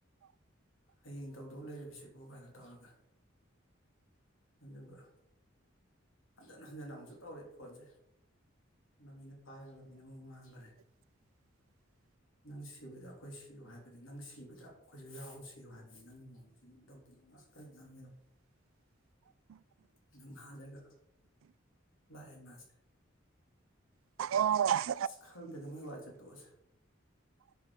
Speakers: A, on the left; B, on the right.
A: ꯍꯌꯦꯡ ꯇꯧꯗꯧ ꯂꯩꯁꯤꯕꯥꯎ ꯀꯥꯏꯅ ꯇꯧꯔꯒ ꯑꯗꯨꯒ ꯍꯟꯖꯤꯟ ꯍꯟꯖꯤꯟ ꯑꯃꯨꯛꯁꯨ ꯇꯧꯔꯛꯏ ꯐꯣꯟꯁꯦ ꯃꯃꯤꯅ ꯄꯥꯏꯕ ꯃꯃꯤꯅ ꯑꯃꯨꯛ ꯉꯥꯡꯈꯔꯦ
B: <unintelligible>
A: ꯅꯪ ꯁꯤꯕꯗ ꯑꯩꯈꯣꯏ ꯁꯤꯌꯨ ꯍꯥꯏꯕꯅꯤ ꯅꯪ ꯁꯤꯕꯗ ꯑꯩꯈꯣꯏꯁꯨ ꯌꯥꯎꯨ ꯁꯤꯌꯨ ꯍꯥꯏꯕꯅꯤ ꯅꯪꯒꯤ ꯃꯑꯣꯡꯁꯤꯗꯤꯝꯇꯧ ꯑꯗꯨ ꯐꯅꯦ
B: <unintelligible>
A: ꯑꯗꯨꯝ ꯍꯂꯒ ꯂꯥꯛꯑꯦ ꯃꯥꯁꯦ
B: ꯑꯣ
A: ꯈꯪꯗꯦꯗ ꯃ ꯋꯥꯔꯤ ꯆꯠ ꯇꯣꯁ